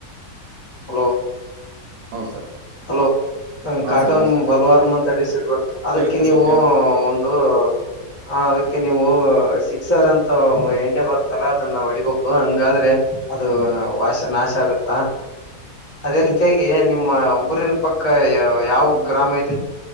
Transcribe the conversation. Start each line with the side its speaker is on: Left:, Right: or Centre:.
Left: ಹಲೋ.
Right: ಹು ಸರ್
Left: ಹಲೋ ಹ
Right: ಹಾಂ
Left: ಕಾಟನ್
Right: ಸರ್ ಹಾಂ ಸರ್
Left: ಬಲ್ವಾರ ಮತ ಅಸಿಡ್ ಬರುತ್ತೆ ಅದಕ್ಕೆ
Right: ಕೇಳುತ್ತೆ
Left: ನೀವು
Right: ಸರ್ ಕೇಳುತ್ತೆ
Left: ಒಂದು ಹ ಅದಕ್ಕೆ ನೀವು ಸಿಕ್ಸರ್ ಅಂತ ಎಣ್ಣೆ ಬರ್ತಲ್ಲ ಅದನ್ನ ಹೊಡಿಬೇಕು ಹಂಗಾದ್ರೆ ಅದು ವಾಶನಾ ಆಗುತ್ತಾ ಅದೇ ರೀತಿಯಾಗಿ ನಿಮ್ಮ ಊರಿನ ಪಕ್ಕ ಯಾವ ಗ್ರಾಮ ಇದೆ